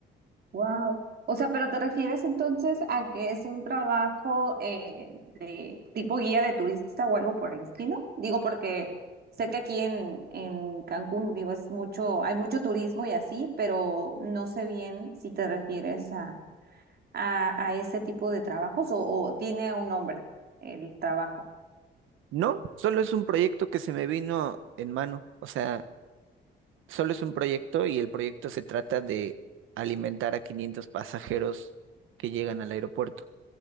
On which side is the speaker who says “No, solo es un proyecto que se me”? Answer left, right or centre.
Right